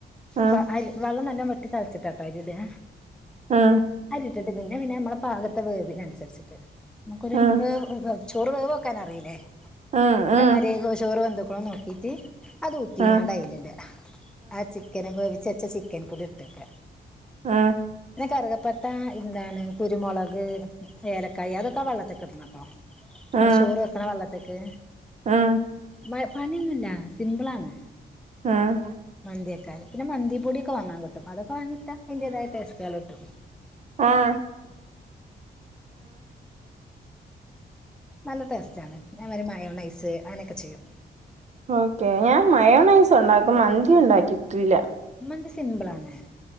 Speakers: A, on the right; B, in the centre.
A: ആഹ്
B: വ അരി വെള്ളം നല്ല വെട്ടി തിളച്ചിട്ടാട്ടോ അരിടാ
A: ആഹ്
B: അരിട്ടിട്ട് പിന്നെ പിന്നെ നമ്മളെ പാകത്തെ വേവിനനുസരിച്ചിട്ട് നമുക്കൊരു
A: ആഹ്
B: വേവ് വെവെവ് ചോറ് വെവോക്കാൻ അറീല്ലേ
A: ആ
B: അതെമായ്രി
A: ആ
B: വെ ചോറ് വെന്ത്ക്ണോ നോക്കീട്ട് അത് ഊറ്റിങ്ങാണ്ട്
A: ആ
B: അയ്ല്ടാ. ആ ചിക്കന് വേവിച്ചെച്ച ചിക്കൻക്കൂടി ഇട്ടക്കാ.
A: ആഹ്
B: പിന്നെ കറുകപ്പട്ട എന്താണ് കുരുമുളക് ഏലക്കായ അതൊ ക്കാ വെള്ളത്തിക്ക് ഇടണട്ടോ. നമ്മൾ
A: ആ
B: ചോറ് വെക്ക്ണ വെള്ളത്ത്ക്ക്.
A: ആ
B: മ പണിയൊന്നുല്ല സിമ്പിളാണ്.
A: ആഹ്
B: മന്ത്യെക്കാന്. പിന്നെ മന്തിപ്പൊടിയൊക്കെ വാങ്ങാൻ കിട്ടും. അതൊക്കെ വാങ്ങിട്ടാ അയിന്റേതായ ടേസ്റ്റേള് കിട്ടും.
A: ആഹ്
B: നല്ല ടേസ്റ്റാണ്. ഞാൻ വാരി മയോണൈസ് അങ്ങനെയൊക്കെ ചെയ്യും.
A: ഓക്കെ. ഞാൻ മയോണൈസ് ഉണ്ടാക്കും മന്തി ഉണ്ടാക്കിട്ടില്ല.
B: മന്തി സിംമ്പിളാണ്